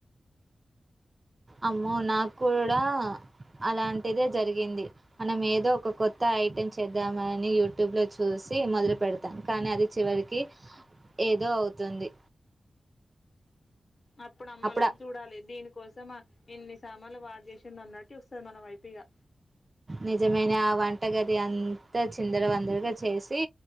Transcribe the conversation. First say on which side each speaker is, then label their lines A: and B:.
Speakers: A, on the right; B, on the left.
A: అమ్మో నాకూడా అలాంటిదే జరిగింది మనం ఏదో ఒక కొత్త ఐటెమ్ చేద్దామ ని యూట్యూబ్ లో చూసి మొదలు పెడత కానీ అది చివరికి ఏదో అవుతుంది
B: అప్పుడమ్మలుక్
A: అప్పుడు
B: చూడాలి దీనికోసమా ఇన్ని సామాన్లు వాడ్ చేసి న్నట్టు చూస్తది మన వైపిగా
A: నిజమేనే ఆ వంటగది అంతా చిందర వందరగా చేసి